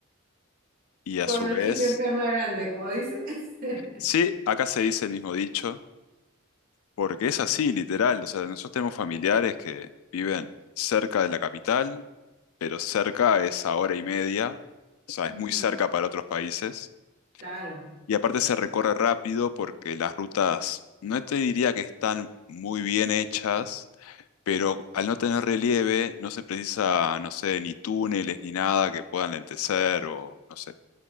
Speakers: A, on the left; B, on the right.
A: Y a
B: Pueblo
A: su vez,
B: chico, infierno grande, como dice. <laughs>
A: sí, acá se dice el mismo dicho, porque es así, literal. O sea, nosotros tenemos familiares que viven cerca de la capital, pero cerca es a hora y media, o sea, es
B: Ujú,
A: muy cerca para otros países.
B: Claro.
A: Y aparte se recorre rápido porque las rutas, no te diría que están muy bien hechas, pero al no tener relieve, no se precisa, no sé, ni túneles ni nada que puedan lentecer o, no sé,